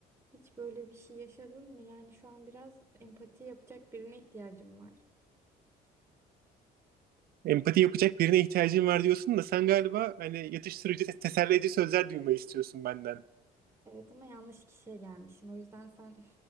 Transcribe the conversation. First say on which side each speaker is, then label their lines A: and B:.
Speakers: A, on the right; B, on the right.
A: Hiç böyle bir şey yaşadın mı? Yani şu an biraz empati yapacak birine ihtiyacım var.
B: Empati yapacak birine ihtiyacın var diyorsun da sen galiba hani yatıştırıcı, te- teselli edici sözler duymayı istiyorsun benden.
A: Evet ama yanlış kişiye gelmişim. O yüzden sen